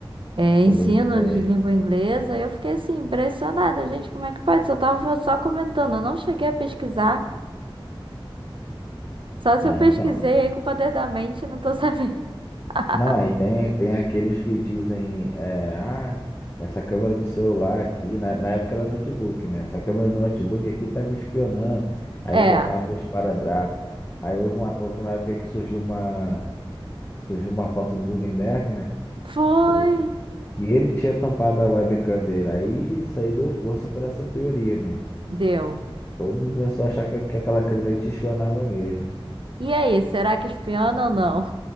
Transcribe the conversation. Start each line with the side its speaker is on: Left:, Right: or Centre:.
Right: é,
Left: tô
Right: ensino
Left: bem. é.
Right: de língua inglesa. Eu fiquei assim, impressionada. Gente, como é que pode? Eu tava só comentando, eu não cheguei a pesquisar. Só se
Left: Ah,
Right: eu pesquisei
Left: então.
Right: aí com o poder da mente, não tô sabendo. <laughs>
Left: Não, aí tem, tem aqueles que dizem, é, ah, essa câmera do celular aqui, na, na época era notebook, né? Essa câmera do notebook aqui tá me espionando. Aí
Right: É,
Left: botava os esparadrapo. Aí houve uma, houve uma época que surgiu uma, surgiu uma foto do Zuckerberg, né?
Right: foi,
Left: O, que ele tinha tampado a webcam dele. Aí isso aí deu força para essa teoria, né?
Right: deu.
Left: Todo mundo começou a achar que, que aquela câmera aí te espionava mesmo.
Right: E aí, será que espiona ou não?